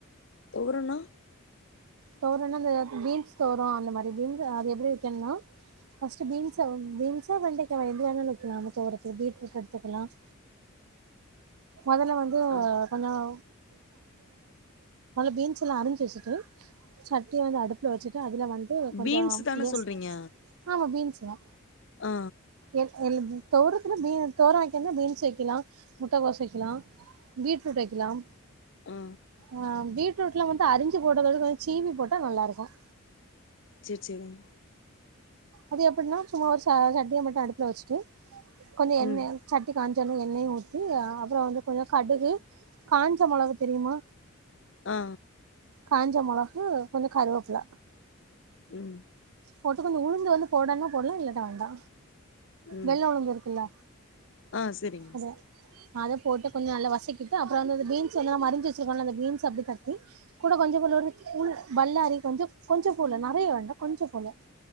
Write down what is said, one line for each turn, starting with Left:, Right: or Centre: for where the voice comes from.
Left: தொவரணா
Right: தொவரணா ஸஃபா இந்த பீன்ஸ் தொவர அந்த மாதிரி <inaudible> அது எப்பிடி வெக்கணும் ஃபஸ்ட்டு பீன்ஸ் பீன்ஸா வெண்டைக்காவ எது வேணுனாலு வெக்கலா அந்த தொவரைக்கு பீட்ரூட் எடுத்துக்கலாம் மொதல்ல வந்து
Left: ஆ
Right: <unintelligible> மொதல்ல பீன்ஸ் எல்லாம் அரிஞ்சுவச்சிட்டு சட்டிய வந்து அடுப்புல வச்சுட்டு அதுல வந்து கொஞ்சோ
Left: பீன்ஸ் தான
Right: கேஸ்
Left: சொல்றீங்க
Right: ஆமா பீன்ஸ்க
Left: ஆ
Right: எ தொவரத்துல பீன்ஸ் தொவர வெக்கந்தா பீன்ஸ் வெக்கலாம் முட்டைக்கோஸ் வெக்கலாம் பீட்ரூட் வெக்கலாம்
Left: ஆ
Right: ஆ பீட்ரூட் எல்லாம் வந்து அரிஞ்சு போட்டதோட கொஞ்சோ சீவி போட்டா நல்லா இருக்கும்
Left: சேர் சேரிங்க
Right: அது எப்டின்னா சும்மா ஒரு ச சட்டிய மட்டு அடுப்புல வச்சுட்டு கொஞ்சோ எண்ணெ
Left: ம்
Right: சட்டி காஞ்சொன்னே எண்ணெய ஊத்தி அப்புறோ வந்து கொஞ்சோ கடுகு காஞ்ச மொளகு தெரியுமா
Left: ஆ
Right: காஞ்ச மொளகு கொஞ்சோ கருவேப்புல
Left: ம்
Right: போட்டு கொஞ்சோ உழுந்து வந்து போடலானா போடலா இல்லாட்டி வேண்டா
Left: ம்
Right: வெள்ள உழுந்து இருக்குல்ல
Left: ஆ சரிங்க
Right: அத அத போட்டு கொஞ்சோ நல்ல வசக்கிட்டு அப்புற வந்து அந்த பீன்ஸ் வந்து நம்ம அரிஞ்சு வச்சிருக்கோல அந்த பீன்ஸ அப்டி தட்டி கூட கொஞ்சோ கூட ஃபூல் பல்லாரி கொஞ்சோ கொஞ்சோ போடலா நெறையா வேண்டா கொஞ்சோ போல